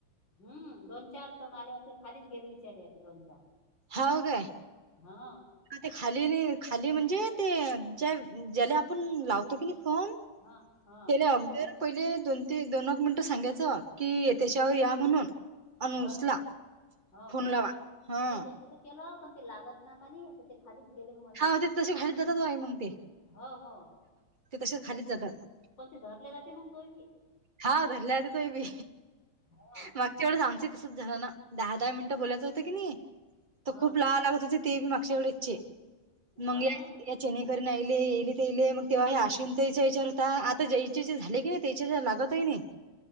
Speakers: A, on the left; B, on the right.
A: हम्म दोन, चार तर मा आले असे खालीच गेले विचारी अस दोन, चार
B: हाव काय
A: हा
B: ते खाली खाली म्हणजे ते ज्या ज्याला आपण लावतो की नाही फोन
A: हा हा
B: त्याले <unintelligible> पहिले दोन ते दोन मिनिटं सांगायचं कि त्याच्यावर या म्हणून अन
A: हो
B: उचला
A: ना हो
B: फोन
A: हो
B: लावा हा
A: नाही तसं केलं पण ते लागत ना का नाही खालीच गेले मग असे
B: हा ते तसे खालीच जातात बाई मग ते
A: ह, ह
B: ते तशे खालीच जातात
A: कोणचे धरले जाते मग पोरगी
B: हा धरल्या त तोय मी
A: हा
B: मागच्या वेळेस आमच तसच झालं ना दहा, दहा मिनटं बोलायच होतं की नाही तर
A: हा
B: खूप ल लागत त ते बी मागश्या वेळेस चे मंग
A: हो
B: या
A: ना
B: चचेनीकन आयले येईले ते येले मग तेव्हा हे अश्विवंतताईचा विचार होता आता जयचे जे झाले की नाही त्याच्या लागत तय नाही